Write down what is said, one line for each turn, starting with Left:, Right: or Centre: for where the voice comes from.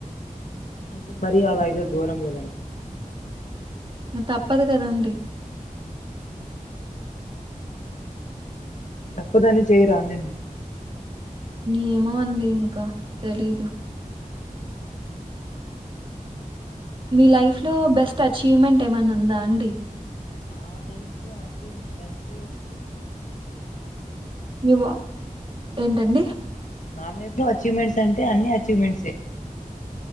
Left: ఉమ్ వరి అదైతే ఘోరం కాదండి.
Right: తప్పదు కదాండి.
Left: తప్పదని చెయ్యరా అండి మీరు.
Right: ఏమో అండి ఇంకా తెలీదు.
Left: ఉమ్.
Right: మీ లైఫ్ లో బెస్ట్ అచీవ్మెంట్ ఏమైనా ఉందా అండి.
Left: నా లైఫ్ లో అచీవ్మెంట్ అంటు ఒకటుంది.
Right: నువ్వ ఏంటండి.
Left: నా లైఫ్ లో అచీవ్మెంట్స్ అంటే అన్ని అచీవ్మెంట్సే.